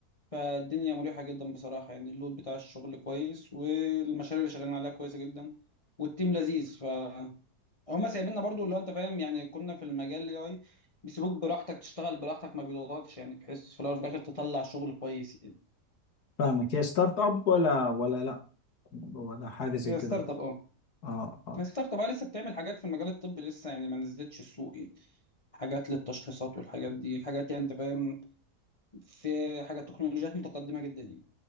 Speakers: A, on the left (about 25°); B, on the left (about 65°).
A: فالدنيا مريحة جدا بصراحة يعني اللود بتاع الشغل كويس والمشاريع اللي شغالين عليها كويسة جدا والتيم لذيذ ف هما سايبيننا برضو اللي هو انت فاهم يعني كنا في المجال الاي اي بيسيبوك براحتك تشتغل براحتك ما بيضغطكش يعني بحيث في الاول وفي الاخر تطلع شغل كويس يعني
B: فاهمك هي ستارت اب ولا ولا لا ولا حاجه زي
A: هي
B: كده
A: ستارت اب اه
B: اه اه
A: هي ستارت اب اه لسه بتعمل حاجات في المجال الطبي لسه يعني ما نزلتش السوق يعني حاجات للتشخيصات والحاجات دي حاجات يعني انت فاهم في حاجات تكنولوجيات متقدمة جدا يعني